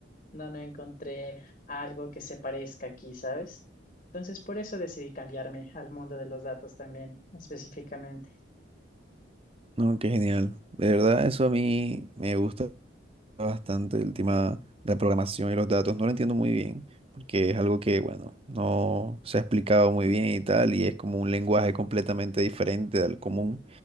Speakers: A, on the left; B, on the right.
A: no, no encontré algo que se parezca aquí, ¿sabes? Entonces, por eso decidí cambiarme al mundo de los datos también, específicamente.
B: No, qué genial. De verdad, eso a mí me gusta. bastante el tema de la programación y los datos. No lo entiendo muy bien, porque es algo que, bueno, no se ha explicado muy bien y tal, y es como un lenguaje completamente diferente al común.